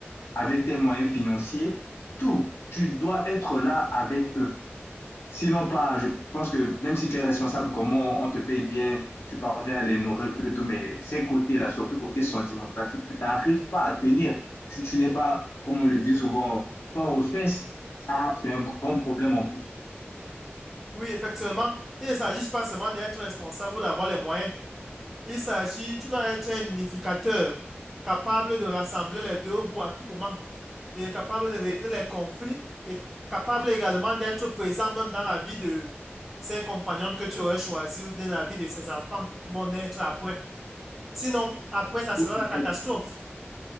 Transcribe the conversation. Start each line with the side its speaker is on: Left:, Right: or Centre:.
Left: avec tes moyens financiers, tout. Tu dois être là avec eux. Sinon, pas, je pense que même si tu es responsable, comment on te paye bien, tu parviens à les nourrir, tout, tout, mais ces côtés-là, surtout côté sentimental, si tu n'arrives pas à tenir, si tu n'es pas, comme on le dit souvent, fort aux fesses, ça, c'est un grand problème en plus.
Centre: Oui, effectivement. Il ne s'agit pas seulement d'être responsable ou d'avoir les moyens. Il s'agit, tu dois être un unificateur, capable de rassembler les deux bouts à tout moment, et capable de régler les conflits, et capable également d'être présent même dans la vie de ses compagnons que tu aurais choisis ou bien la vie de ses enfants qui vont naître après. Sinon, après, ça
Left: Tout
Centre: sera la
Left: à
Centre: catastrophe.
Left: fait